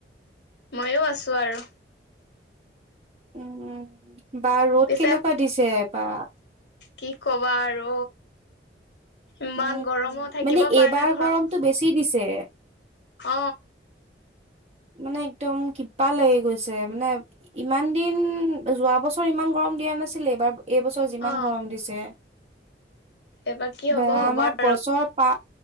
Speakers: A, on the left; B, on the right.
A: মইও আছো আৰু।
B: উম, বা ৰ'দ
A: পিছে
B: কেনেকুৱা দিছে বা।
A: কি ক'বা আৰু। ইমান
B: উম,
A: গৰম অ থাকিব
B: মানে এইবাৰ
A: পাৰা নাই ঘৰত।
B: গৰমটো বেছি দিছে।
A: অ।
B: মানে একদম কিবা লাগি গৈছে। মানে ইমান দিন, যোৱা বছৰ ইমান গৰম দিয়া নাছিলে এইবাৰ এইবছৰ যিমান
A: অ
B: গৰম দিছে।
A: এইবাৰ কি
B: বা
A: হ'ব হ'ব
B: আমাক
A: আৰু
B: গছৰ পাত